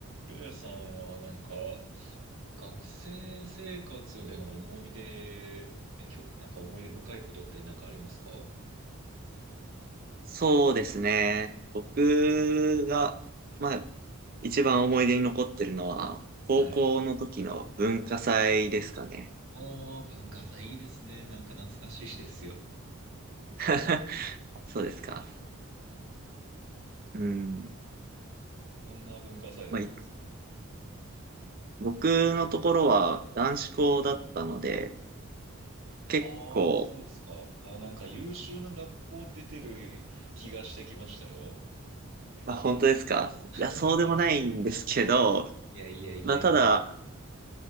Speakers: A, on the right; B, on the right.
A: りょうやさんはなんか、学生生活での思い出で、きょ、なんか思い出深いことってなんかありますかは
B: そうですね。僕が、まあ、一番思い出に残ってるのは、高校の時の文化祭ですかね。
A: い。ああ文化祭いいですね。なんか懐かしいですよ。
B: <laughs> そうですか。うん。
A: どんな文化祭だったんですか
B: まあ、い僕のところは男子校だったので、結構、
A: ああー、そうっすか。あー、なんか優秀な学校出てる気がしてきましたよ。
B: まあ、本当ですかいや、そうでもないんですけど、
A: <laughs> いやいやいやいやい
B: まあ、ただ、